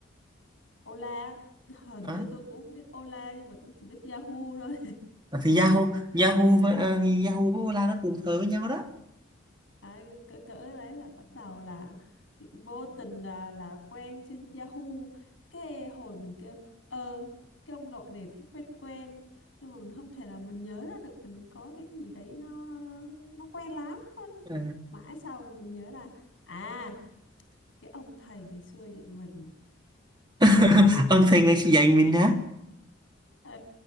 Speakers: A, on the left (about 75°); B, on the right (about 25°).
A: Ola hình
B: Đó.
A: như tôi cũng không biết Ola nhưng mà tôi chỉ biết Yahoo thôi
B: À, Thì Yahoo Yahoo với ờ, Yahoo với Ola nó cùng thời với nhau đó.
A: Đấy, cỡ, cỡ đấy là bắt đầu là chị vô tình là, là quen trên Yahoo cái hồi mình kêu ờ cái ông nội này thấy quen quen nhưng mà mình không thể nào mình nhớ ra được mình có cái gì đấy nó nó, nó nó quen lắm Nó-
B: Ừ.
A: mãi sau rồi mình nhớ ra à cái ông thầy ngày xưa vậy mình
B: <laughs> Ông thầy ngày dạy mình hả?
A: ừ